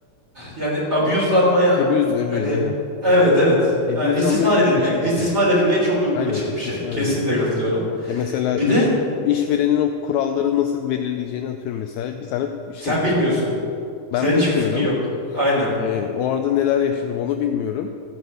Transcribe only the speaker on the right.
Yani abuse'lanmaya
hani
evet evet
yani istismar
edilmeye
istismar
edilmeye çok u-
açık
bir şey. Kesinlikle
katılıyorum.
Bir
de
sen bilmiyorsun.
Senin
hiçbir fikrin yok. Aynen.